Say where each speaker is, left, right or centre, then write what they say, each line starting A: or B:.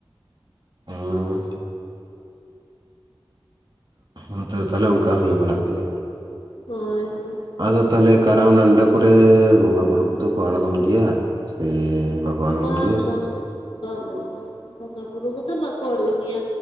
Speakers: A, on the right (about 55°); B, on the left (about 85°).
A: ᱦᱩᱸ ᱦᱮ ᱛᱚ ᱛᱟᱦᱞᱮ ᱚᱱᱠᱟ ᱦᱩᱭ ᱵᱟᱲᱟᱜ ᱜᱮᱭᱟ᱾
B: ᱦᱳᱭ ᱦᱳᱭ
A: ᱟᱫᱚ ᱛᱟᱦᱞᱮ ᱠᱟᱨᱟᱢ ᱰᱟᱱᱰᱟ ᱠᱚᱨᱮ ᱵᱚᱸᱜᱟ ᱵᱩᱨᱩ ᱠᱚᱫᱚ ᱠᱚ ᱟᱲᱜᱚᱱ ᱜᱮᱭᱟ ᱥᱮ ᱟᱬᱜᱚᱱ
B: ᱵᱟᱝ
A: ᱜᱮᱭᱟ?
B: ᱵᱟᱝ ᱵᱟᱝ ᱵᱟᱝ ᱵᱟᱝ ᱵᱚᱸᱜᱟ ᱵᱩᱨᱩ ᱠᱚᱫᱚ ᱵᱟᱠᱚ ᱟᱬᱜᱳᱱ ᱜᱮᱭᱟ᱾